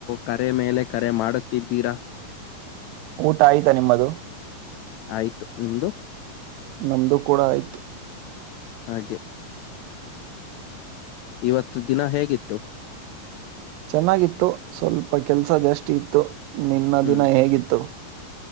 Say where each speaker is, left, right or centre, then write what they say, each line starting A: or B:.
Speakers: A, on the left; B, on the right.
A: ಕರೆ ಮೇಲೆ ಕರೆ ಮಾಡುತ್ತಿದ್ದೀರಾ
B: ಊಟ ಆಯ್ತಾ ನಿಮ್ಮದು
A: ಆಯ್ತು ನಿಮ್ದು
B: ನಮ್ದು ಕೂಡ ಆಯ್ತು
A: ಹಾಗೆ ಇವತ್ತು ದಿನ ಹೇಗಿತ್ತು
B: ಚೆನ್ನಾಗಿತ್ತು ಸ್ವಲ್ಪ ಕೆಲ್ಸ ಜಷ್ಟಿ ಇತ್ತು ನಿನ್ನ
A: ಹ್ಮ್
B: ದಿನ ಹೇಗಿತ್ತು